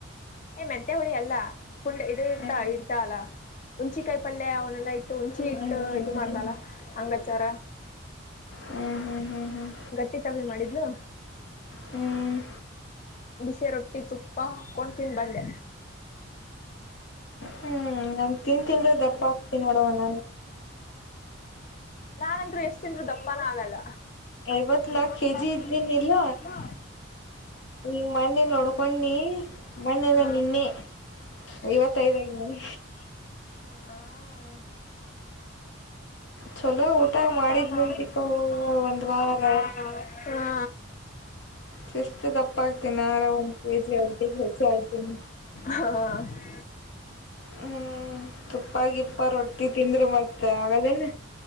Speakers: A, on the left; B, on the left.
A: ಯ್ ಮೆಂತೆ ಹುಳಿ ಅಲ್ಲ ಫುಲ್ ಇದು ಇರ್ತಾ
B: ಹ್ಮ್
A: ಇಡ್ತ ಅಲ್ಲಾ ಮುಂಚಿ ಕಾಯಿ ಪಲ್ಯ ಅವನ್ನೆಲ್ಲಾ ಟ್ಟ ಹುಂಚಿ ಇಟ್ಟ
B: ಹ್ಮ್ ಹ್ಮ್ ಹ್ಮ್
A: ಇದು ಮಾಡ್ತಲ್ಲ
B: ಹ್ಮ್
A: ಅಂಗಚಾರ
B: ಹ್ಮ್ ಹ್ಮ್
A: ಗಟ್ಟಿಿತಾವವಿ ಮಾಡಿದ್ಲು
B: ಹ್ಮ್
A: ಬಿಸಿ ರೊಟ್ಟಿ ತುಪ್ಪ ಕೊಂಡ ತಿಂದು ಬಂದೆ
B: ಹ್ಮ್ ನನ್ ತಿನ್ಂತಿಂದ್ರೆ ದಪ್ಪ ಆಗ್ತಿ ನೋಡವಣ
A: ನಾಂದ್ರರು ಎಷ್ಟ ತಿಂದರು ದಂಪನ ಆಗಲ್ಲ
B: ಐವತ್ನಾಲ್ಕು
A: ಐವತ್ತರು
B: ಕೆ ಜಿ ಇದ್ದೀನಿಲ್ಲ
A: ಕೆಜಿ ಇದ್ದೀನಿ ಇಲ್ಲೋ
B: ಈ ಮೊನ್ನೆ ನೋಡ್ಕೊಂಡಿನಿ ಮೊನ್ನೆ ಅಲ್ಲ
A: ಹಾ
B: ನಿನ್ನೆ ಐವತ್ತ ಐದ ಆಗೀನಿ
A: ಹಾ
B: ಚಲೋ
A: ಹೊಸ
B: ಊಟ
A: ಹೊಸ
B: ಮಾಡಿದ್ನಂತಿಕೋ
A: ಗಾಡಿ <unintelligible>
B: ಒಂದ್ ವಾರ
A: ಹಾ
B: ಶಿಸ್ತು ದಪ್ಪ ಆಗ್ತೀನಿ ಆರ ಒಂದ್ ಕೆ ಜಿ ಅಡ್ಡಿಗೆ ಹೆಚ್ಚು ಆಯ್ತೀನಿ
A: ಹಾ ಹಾ <unintelligible>
B: ಹ್ಮ್ ತುಪ್ಪಾಗಿಪ್ಪ ರೊಟ್ಟಿ ತಿಂದರು ಮತ್ತೆ ಆಗಲ್ಲೇನ್.